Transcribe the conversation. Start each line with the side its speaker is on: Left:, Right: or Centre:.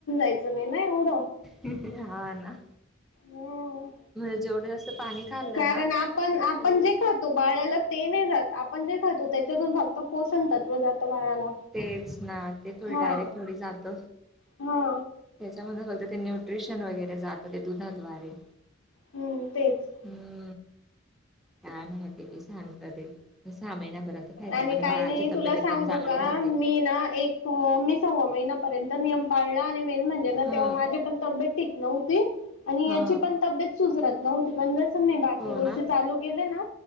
Left: तेच नाय नाय एवढ
Centre: <inaudible> हा ना
Left: हो
Centre: म्हणजे जेवढं जास्त पाणी खाल्लं
Left: कारण
Centre: ना
Left: आपण आपण
Centre: तेवढं
Left: जे खातो बाळाला ते नाय जात आपण जे खातो त्याच्यातून फक्त पोषण तत्व जात बाळाला.
Centre: तेच ना ते थोडी
Left: हा
Centre: डायरेक्ट थोडी जात
Left: हा
Centre: त्याच्यामध्ये फक्त ते न्यूट्रेशन वगैरे जात ते दुधाद्वारे
Left: हम्म तेच
Centre: हम्म काय माहिती बये सांगता ते सहा महिन्यापर्यंत खायचं
Left: आणि
Centre: म्हणजे
Left: काही
Centre: बाळाची
Left: नाही
Centre: तब्येत
Left: तुला
Centre: एकदम
Left: सांगू
Centre: चांगली
Left: का
Centre: राहते.
Left: मी ना एक हो मी सव्वा महिन्यापर्यंत नियम पाळला आणि मेन म्हणजे ना
Centre: हा
Left: तेव्हा माझे पण तब्येत ठीक नव्हती आणि
Centre: हा
Left: याची पण तब्येत सुजरत नव्हती पण जसं जसं मी बाकी
Centre: हो
Left: गोष्टी
Centre: ना
Left: चालू केल्या ना